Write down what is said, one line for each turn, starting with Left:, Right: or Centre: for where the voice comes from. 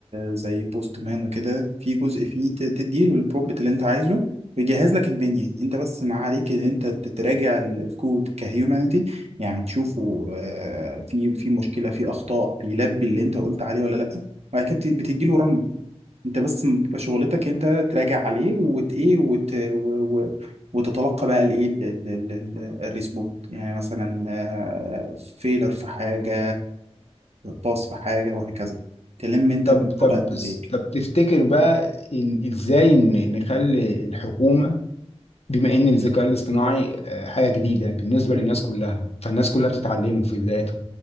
Right: زي بوست مان وكده في جزء فيه ت- تديله البرومبت اللي انت عايزه ويجهز لك البنيه انت بس ما عليك ان انت تراجع ال- الكود كهيومانيتي يعني تشوفه آه، في في مشكله في اخطاء بيلبي اللي انت قلت عليه ولا لا وبعد كده بت- بتديله رن انت بس بيبقى شغلتك انت تراجع عليه وت ايه وت و... و... وتتلقى بقى الايه ال- ال- ال- ال- الريسبوت يعني مثلا فيلر في حاجه باص في حاجه وهكذا تلم انت
Left: طب
Right: من
Left: طب
Right: قبل النتائج
Left: طب تفتكر بقى ال- ازاي ن- نخلي الحكومة بما ان الذكاء الاصطناعي آه، حاجة جديدة بالنسبة
Right: مم.
Left: للناس كلها فالناس كلها بتتعلمه في بدايته